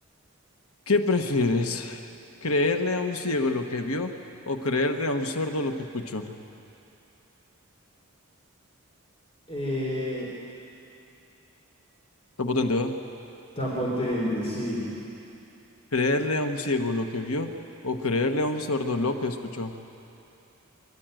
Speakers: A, on the left; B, on the left.
A: ¿qué prefieres? ¿Creerle a un ciego lo que vio o creerle a un sordo lo que escuchó?
B: Eh,
A: Lo potente, ¿verdad?
B: está potente, sí.
A: Creerle a un ciego lo que vio o creerle a un sordo lo que escuchó.